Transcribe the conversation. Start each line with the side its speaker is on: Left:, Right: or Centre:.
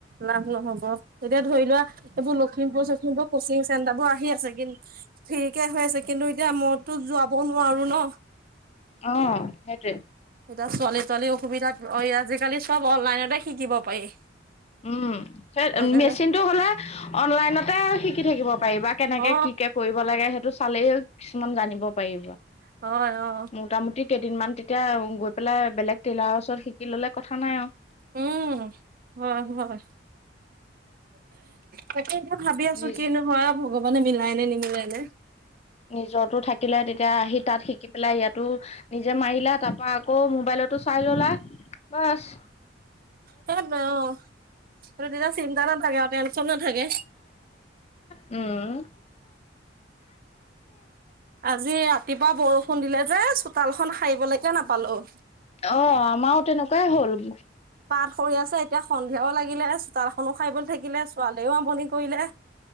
Right: লাভ নহ'ব এতিয়া ধৰি লোৱা এইবোৰ লখিমপুৰ-চখিমপুৰ কচিং চেণ্টাৰ বোৰ আহি আছে কিন্ত ফিৰিকে হৈ আছে কিন্তু এতিয়া মইতো যোৱাব নোৱাৰো ন,
Left: অ, সেইটোৱে।
Right: এতিয়া ছোৱালী ছোৱালী অসুবিধাত আজিকালি চ'ব অনলাইনতে শিকিব পাৰি।
Left: উম, সেই
Right: অনলাইনত
Left: মেচিন টো হলে অনলাইনতে শিকি থাকিব পাৰিবা। কেনেকে
Right: অ
Left: কি কে কৰিব লাগে সেইটো চালেই কিছুমান জানিব পাৰিবা।
Right: হয় অ'।
Left: মোটামুটি কেইদিনমান তেতিয়া গৈ পেলাই বেলেগ টেইলাৰৰ ওচৰত শিকি ল'লে কথা নাই আৰু।
Right: উম। হয় হয়। তাকেতো ভাবি আছোঁ
Left: নিজ
Right: কিনো হয়। ভগৱানে মিলাই নে নিমিলাই নে।
Left: নিজটো থাকিলে তেতিয়া আহি তাত শিকি পেলাই ইয়াতো নিজে মাৰিলা তাৰপা আকৌ মোবাইলতো চাই ল'লা বাচ।
Right: সেইটোৱে অ'। তেতিয়া চিন্তা নাথাকে আৰু টেনচন নাথাকে।
Left: উম।
Right: আজি ৰাতিপুৱা বৰষুণ দিলে যে চোতালখন সাৰিবলৈকে নাপালোঁ।
Left: অ' আমাৰো তেনেকুৱাই হ'ল।
Right: পাত সৰি আছে এতিয়া সন্ধিয়াও লাগিলে, চোতালখনো সাৰিবলৈ থাকিলে, ছোৱালীয়েও আমনি কৰিলে